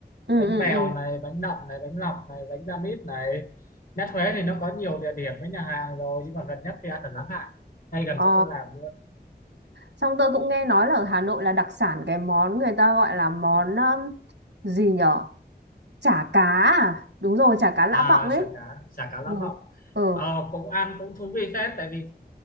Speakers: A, on the right; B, on the left.
A: ừ,
B: bánh
A: ừ.
B: bèo
A: ừ.
B: này bánh nậm này bánh lọc này bánh da mít này nhất Huế thì nó có nhiều địa điểm với nhà hàng rồi nhưng mà gần nhất thì ăn ở Láng Hạ ngay gần
A: Ờ.
B: chỗ tôi làm luôn
A: Xong tôi cũng nghe nói là ở Hà Nội là đặc sản cái món người ta gọi là món um, gì nhở? chả cá à đúng rồi chả cá Lã
B: à
A: Vọng ấy
B: chả cá chả cá Lã
A: ừ
B: Vọng
A: ừ
B: ờ cũng ăn cũng thú vị phết tại vì